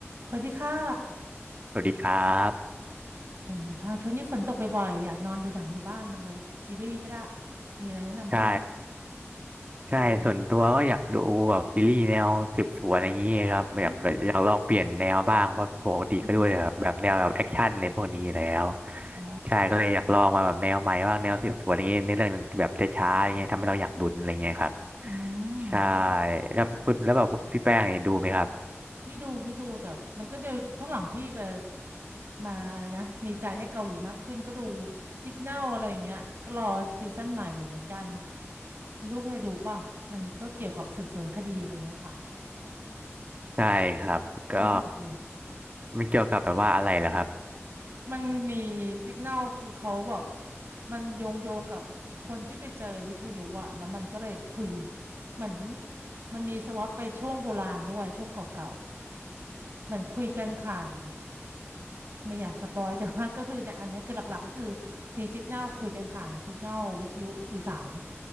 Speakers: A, on the right; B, on the right.
A: สวัสดีค่ะ
B: สวัสดีครับ
A: เป็นไงบ้างช่วงนี้ฝนตกบ่อยๆอยากนอนดูหนังอยู่บ้านจังเลยซีรีส์ก็ได้ มีอะไรแนะนำพี่ไหม
B: ใช่ใช่ส่วนตัวก็อยากดูแบบซีรีส์แนวสืบสวนอะไรอย่างนี้ครับแบบแบบอยากลองเปลี่ยนแนวบ้างเพราะปกติก็ด้วย่แบบแบบแนวแบบแอคชั่นอะไรพวกนี้อยู่แล้ว
A: อืมอืมอ๋อ
B: ใช่ก็เลยอยากลองมาแบบแนวใหม่บ้างแนวสืบสวนอะไรอย่างนี้ในเรื่องแบบช้าๆอย่างเงี้ยทำให้เราอยากลุ้นอะไรอย่างเงี้ยครับ
A: อืม
B: ใช่แล้วคุณแล้วแบบพี่แป้งเนี่ยดูไหมครับ
A: พี่ดูพี่ดูแต่มันก็เดี๋ยวช่วงหลังพี่ไปมานะ มีใจให้เกาหลีมากขึ้นก็ดูสิก n น l อะไรอย่างเงี้ยก็รอซีซั่นใหม่อยู่เหมือนกันไม่รู้เคยดูป่ะมันก็เกี่ยวกับสืบสวนคดีอะไรอย่างเงี้ยค่ะ
B: ใช่ครับก็
A: ก็สนุกดี
B: มันเกี่ยวกับแบบว่าอะไรเหรอครับ
A: มันมีสิก n น l คือเขาแบบมันโยงโยงกับคนที่ไปเจอวิทยุอะแล้วมันก็เลยคุยเหมือนมันมีสวอปไปช่วงโบราณด้วยช่วงเก่าๆเหมือนคุยกันผ่านไม่อยากสปอยแต่ว่าก็คือเนี่ยอันเนี้ยคือหลักๆก็คือมีสิก n น l คุยกันผ่านสิก n น l วิทยุสื่อสาร